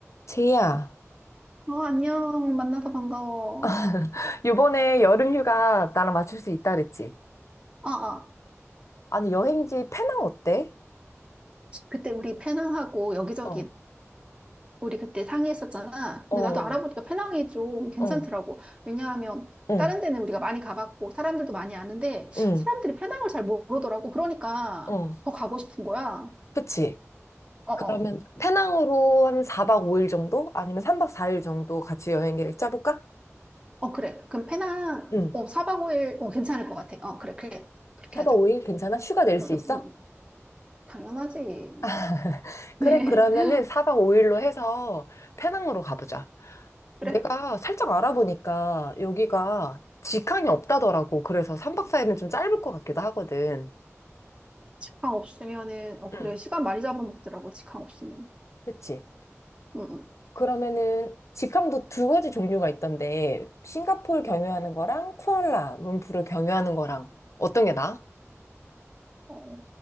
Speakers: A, on the left (about 70°); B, on the right (about 20°).
A: 제이야,
B: 어, 안녕. 만나서 반가워.
A: <laughs> 요번에 여름휴가 나랑 맞출 수 있다 그랬지?
B: 아, 아.
A: 아니 여행지 페낭 어때?
B: 그때 우리 페낭하고 여기저기
A: 어,
B: 우리 그때 상의했었잖아.
A: 어,
B: 근데 나도 알아보니까 페낭이 좀 괜찮더라고.
A: 응,
B: 왜냐하면
A: 응,
B: 다른 데는 우리가 많이 가봤고 사람들도 많이 아는데 사람들이
A: 응,
B: 페낭을 잘 모르더라고. 그러니까
A: 어.
B: 더 가고 싶은 거야.
A: 그치?
B: 어,
A: 그러면
B: 어.
A: 페낭으로 한 4박 5일 정도? 아니면 3박 4일 정도 같이 여행 계획 짜볼까?
B: 어, 그래. 그럼 페낭
A: 응.
B: 어, 4박 5일 어, 괜찮을 것 같아. 어, 그래, 그래. 그렇게
A: 4박
B: 하자.
A: 5일 괜찮아? 휴가 낼 수
B: 응, 응,
A: 있어?
B: 응. 당연하지.
A: <laughs>
B: <laughs>
A: 그래, 그러면은 4박 5일로 해서 페낭으로 가보자.
B: 그래.
A: 내가 살짝 알아보니까 여기가 직항이 없다더라고. 그래서 3박 4일은 좀 짧을 것 같기도 하거든.
B: 강 없으면은 어, 그래.
A: 응,
B: 시간 많이 잡아먹더라고. 직항 없으면.
A: 그치.
B: 응응.
A: 그러면은 직항도 두 가지 종류가 있던데, 싱가포르 경유하는 거랑 쿠알라 룸푸르 경유하는 거랑. 어떤 게 나아?
B: 어,